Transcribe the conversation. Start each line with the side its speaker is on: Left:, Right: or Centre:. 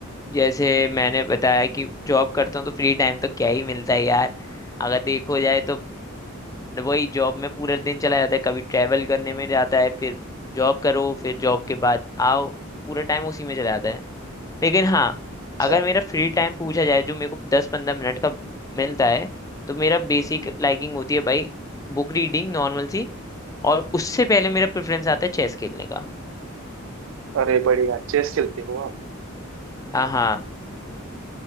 Left: जैसे मैंने बताया कि जॉब करता हूँ तो फ्री टाइम तो क्या ही मिलता है यार अगर देखो जाए तो वही जॉब में पूरा दिन चला जाता है कभी ट्रैवल करने में जाता है फिर जॉब करो फिर जॉब के बाद आओ पूरा टाइम उसी में चला जाता है लेकिन हाँ
Right: अच्छा
Left: अगर मेरा फ्री टाइम पूछा जाए जो मेरे को दस पंद्रह मिनट का मिलता है तो मेरा बेसिक लाइकिंग होती है भाई बुक रीडिंग नॉर्मल सी और उससे पहले मेरा प्रेफरेंस आता है चेस खेलने का
Right: अरे बढ़िया चेस खेलते हो आप
Left: हाँ हाँ